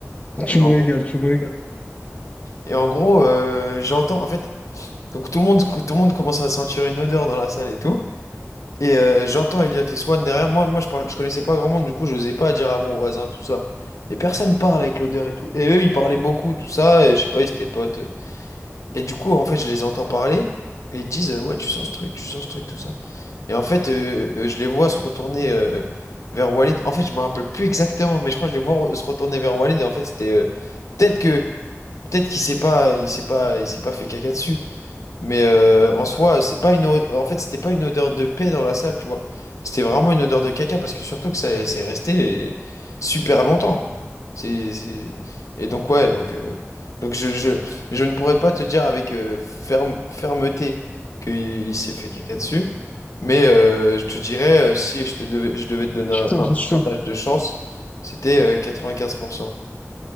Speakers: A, on the left; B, on the left.
A: et
B: Je me
A: en
B: régale,
A: gros,
B: je me régale.
A: et en gros, euh, j'entends, en fait, donc tout le monde, tout le monde commence à sentir une odeur dans la salle et tout. Et euh, j'entends Elliot et Swan derrière moi. Moi, je parle, je connaissais pas grand monde, du coup, j'osais pas dire à mon voisin tout ça. Et personne parle avec l'odeur et tout. Et eux, ils parlaient beaucoup, tout ça. Et je sais pas, ils étaient potes. Et du coup, en fait, je les entends parler et ils disent euh, Ouais, tu sens ce truc, tu sens ce truc, tout ça. Et en fait, euh, euh, je les vois se retourner euh, vers Walid. En fait, je me rappelle plus exactement, mais je crois que je les vois re- se retourner vers Walid. Et en fait, c'était euh, peut-être que peut-être qu'il s'est pas, il s'est pas, il s'est pas fait caca dessus. Mais euh, en soi, c'est pas une o- en fait, c'était pas une odeur de paix dans la salle, tu vois. C'était vraiment une odeur de caca parce que surtout que ça c'est resté super longtemps. C'est c'est- et donc ouais, donc euh, donc je, je je ne pourrais pas te dire avec euh, ferme fermeté qu'il il s'est fait caca dessus, mais euh, je te dirais euh, si je te devais je devais te donner
B: Putain,
A: un, un
B: c'est
A: pourcentage
B: chaud.
A: de chance, c'était euh, quatre-vingt-quinze pour cent